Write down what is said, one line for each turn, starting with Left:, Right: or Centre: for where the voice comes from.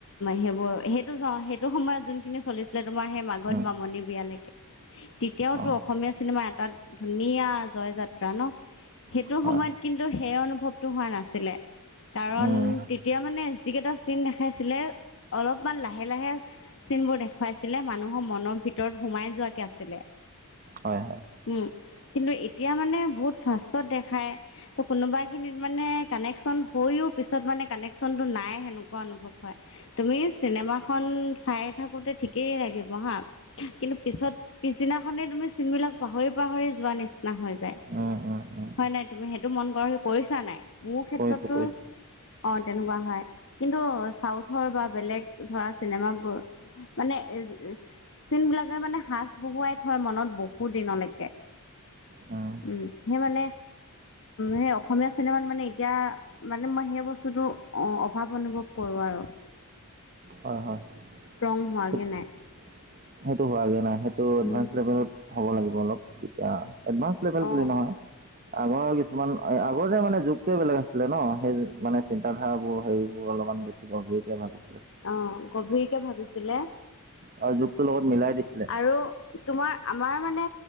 Left: সেইবোৰ সেইটো সেইটো সময়ত যোনখিনি চলিছিলে তোমাৰ সেই মাঘত
Right: উম,
Left: মামনী বিয়ালৈকে তেতিয়াওতটো
Right: অঁ
Left: অসমীয়া চিনেমা এটা ধুনীয়া জয় যাত্ৰা ন। সেইটো
Right: হয়
Left: সময়ত কিন্তু সেই অনুভৱটো হোৱা নাছিলে। কাৰণ
Right: উম,
Left: তেতিয়া মানে যিকেইটা চিন দেখাইছিলে অলপমান লাহে লাহে চিন বোৰ দেখুৱাইছিলে মানুহৰ মনৰ ভিতৰত সোমাই যোৱা কে আছিলে।
Right: হয় হয়।
Left: উম। কিন্তু এতিয়া মানে বহুত ফাষ্টত দেখায় ত কোনোবা খিনিত মানে কানেকচন হৈও পিছত মানে কানেকনটো নাই সেনেকুৱা অনুভৱ হয়। তুমি চিনেমাখন চাই থাকোতে ঠিকেই লাগিব হা কিন্তু পিছত পিছদিনাখনেই তুমি চিনবিলাক পাহৰি পাহৰি যোৱা নিচিনা হৈ যায়।
Right: উম, উম, উম, উম।
Left: হয় নাই তুমি সেইটো মন কৰ সি কৰিছা নাই মোৰ ক্ষেত্ৰতো
Right: কৰিছোঁ কৰিছোঁ
Left: অ তেনেকুৱা হয় কিন্তু চাউথৰ বা বেলেগ ধৰা চিনেমাবোৰ মানে এ চিন বিলাকে মানে স বহুৱাই থয় মনত বহুত দিনলৈকে।
Right: অ।
Left: উম্ সেই মানে সেই অসমীয়া চিনেমাত মানে এতিয়া মানে মই সেই বস্তুটো অ অভাৱ অনুভৱ কৰোঁ আৰু।
Right: হয় হয়
Left: ষ্ট্ৰং হোৱাগে
Right: সেই-
Left: নাই।
Right: সেইটো হোৱাগে নাই সেইটো এডভান্স
Left: উম
Right: লেভেলত হ'ব লাগিব, অলপ তেতিয়া এডভান্স লেভেল
Left: অ
Right: বুলি নহয় আগৰ কিছুমান আগৰ যে মানে যুগটোৱে বেলেগ আছিলে ন, সেই মানে চিন্ত ধাৰাাবোৰ হেৰিবোৰ অলপ বেচি গভীৰকে ভাবিছে
Left: অ গভীৰকে ভাবিছিলে।
Right: আৰু যুগটোৰ লগত মিলাই দিছিলে
Left: আৰু তোমাৰ আমাৰ মানে